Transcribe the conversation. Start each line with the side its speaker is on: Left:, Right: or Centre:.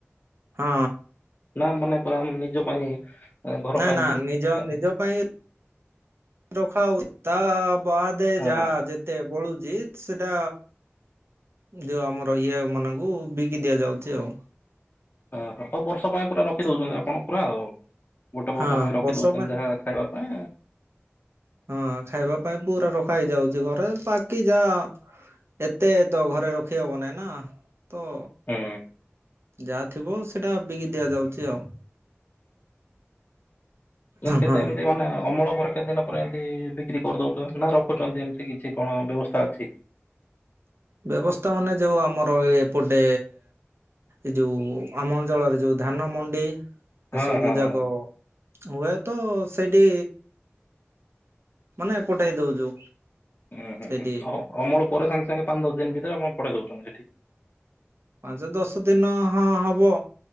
Right: ହଁ।
Left: ନା ମାନେ ପୁର ଆମେ ନିଜ ପାଇଁ ଏ, ଘର
Right: ନା
Left: ପାଇଁ
Right: ନା
Left: ଇଏ
Right: ନିଜ
Left: ହଁ
Right: ନିଜ ପାଇଁ ରଖ ତ ବଦେ ଯା
Left: ହଁ
Right: ଯେତେ ବଳୁଚିତ ସେଟା ଯଉ ଆମର ଇଏ ମାନଙ୍କୁ ବିକି ଦିଆଯାଉଛି ଆଉ।
Left: ଓ ହୋ ଆଉ ବର୍ଷ ପାଇଁ ପୁରା ରଖିଦଉଛନ୍ତି
Right: ହଁ।
Left: ଆପଣ ପୁରା ଆଉ। ଗୋଟେ
Right: ହଁ
Left: ବର୍ଷ ପାଇଁ ରଖି
Right: ବର୍ଷ
Left: ଦଉଛନ୍ତି
Right: ପାଇଁ
Left: ଯାହା ଖାଇବା ପାଇଁ
Right: ହଁ ଖାଇବା ପାଇଁ ପୁରା ରଖ ଖାଇଯାଉଛି ଘରେ ବାକି ଯା ଏତେ ତ ଘରେ ରଖି ହବ ନାଇଁ ନା। ତ
Left: ହୁଁ
Right: ଯାହା ଥିବ ସେଇଟା ବିକି ଦିଆଯାଉଛି ଆଉ।
Left: ହୁଁ କେତେ
Right: ହଁ।
Left: ମାନେ ଅମଳ କେତେ ଦିନ ପରେ ଏମିତି ବିକ୍ରି କରିଦଉଥିବ ନା ରଖୁଛନ୍ତି ଏମିତି କିଛି କଣ ବ୍ୟବସ୍ଥା ଅଛି?
Right: ବ୍ୟବସ୍ଥା ମାନେ ଯୋଉ ଆମର ଏ ଏପଟେ ଏ ଯୋଉ ଆମ ଅଞ୍ଚଳରେ ଯୋଉ ଧାନ ମଣ୍ଡି
Left: ହଁ
Right: ଏସବୁ
Left: ହଁ
Right: ଯାକ
Left: ହଁ
Right: ହୁଏତ ସେଇଠି, ମାନେ ପଠେଇ ଦଉଛୁ
Left: ଉୁଁ ହୁଁ
Right: ସେଇଠି
Left: ହୁଁ ହ ଅମଳ ପରେ ସାଙ୍ଗେ ସାଙ୍ଗେ ପାଞ୍ଚ ଦଶ ଦିନ ଭିତରେ ଆପଣ ପଠେଇ ଦାଉଛନ୍ତି ସେଠିକି।
Right: ପାଞ୍ଚ ଦଶ ଦିନ ହଁ ହବ